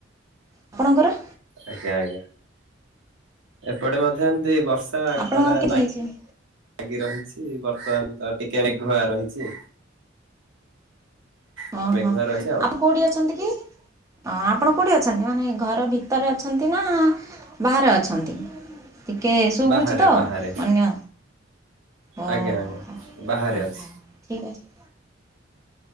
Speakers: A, on the right; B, on the right.
A: ଆପଣଙ୍କର?
B: ଆଜ୍ଞା ଆଜ୍ଞା ଏପଟେ ମଧ୍ୟ ଏମତି। ବର୍ଷା
A: ଆପଣଙ୍କର
B: ଖରା
A: କେମିତି
B: ଲାଗେ
A: ହେଇଛି?
B: ଲାଗି ରହିଛି ବର୍ତ୍ତମାନ ତ ଟିକେ ମେଘୁଆ ରହିଛି। ଟିକେ
A: ଓ
B: ମେଘୁଆ
A: ହୋ
B: ରହିଛି ଆଉ
A: ଆପଣ କୋଉଠି ଅଛନ୍ତି କି? ଅଁ ଆପଣ କୋଉଁଠି ଅଛନ୍ତି ମାନେ ଘର ଭିତରେ ଅଛନ୍ତି ନା ବାହାରେ ଅଛନ୍ତି ଟିକଏ ଶୁଭୁଛି
B: ବାହାରେ
A: ତ
B: ବାହାରେ
A: ଅନ୍ୟ? ଓ
B: ଆଜ୍ଞା ଆଜ୍ଞା
A: ହୋ ହ
B: ବାହାରେ
A: ହଁ
B: ଅଛି
A: ହଁ ଠିକ ଅଛି।